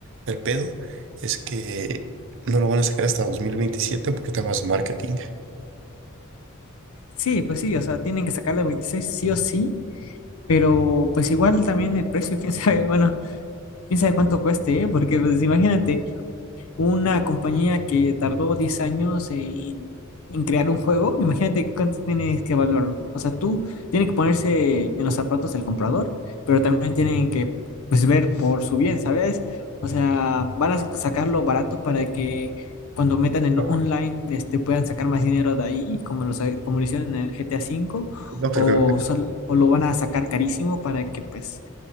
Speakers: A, on the right (about 60°); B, on the left (about 75°).
A: El pedo es que no lo van a sacar hasta 2027 por temas de marketing.
B: Sí, pues sí, o sea, tienen que sacarle 26 sí o sí, pero pues igual también el precio, <laughs> quién sabe, bueno, quién sabe cuánto cueste, ¿eh? Porque pues imagínate, Una compañía que tardó 10 años en, en crear un juego, imagínate cuánto tienes que evaluarlo. O sea, tú tienes que ponerse en los zapatos del comprador, pero también tienen que pues, ver por su bien, ¿sabes? O sea, van a sacarlo barato para que cuando metan en
A: No,
B: lo online este, puedan sacar más dinero de ahí, como lo, sa- como lo hicieron en el GTA cinco
A: No, pero
B: o,
A: creo que-
B: sol- o lo van a sacar carísimo para que pues